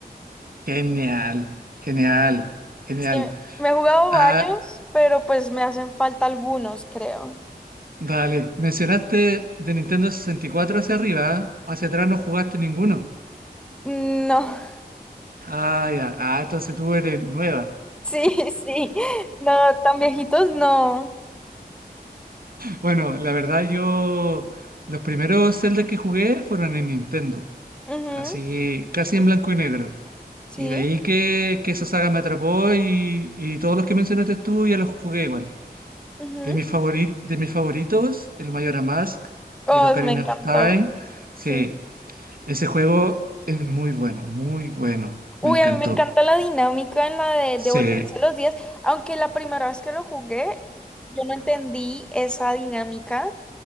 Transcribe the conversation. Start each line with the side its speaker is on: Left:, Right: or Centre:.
Right: Genial, genial, genial.
Centre: Sí, me he jugado
Right: Ah,
Centre: varios, pero pues me hacen falta algunos, creo.
Right: dale, mencionaste de Nintendo sesenta y cuatro hacia arriba, ¿eh? Hacia atrás no jugaste ninguno.
Centre: No,
Right: Ah, ya, ah, entonces tú eres nueva.
Centre: <laughs> sí, sí, no, tan viejitos no.
Right: Bueno, la verdad yo, los primeros Zelda que jugué fueron en Nintendo.
Centre: Ujú,
Right: Así casi en blanco y negro.
Centre: Sí,
Right: Y de ahí que, que esa saga me atrapó y, y todos los que mencionaste tú ya los jugué igual.
Centre: ujú.
Right: De mis favori- de mis favoritos, el Majora's Mask,
Centre: Oh,
Right: el Ocarina
Centre: me encantó,
Right: of Time. Sí,
Centre: sí.
Right: ese juego es muy bueno, muy bueno.
Centre: Uy,
Right: Me encantó.
Centre: a mí me encanta la dinámica en la de
Right: Sí.
Centre: devolverse los días, aunque la primera vez que lo jugué, yo no entendí esa dinámica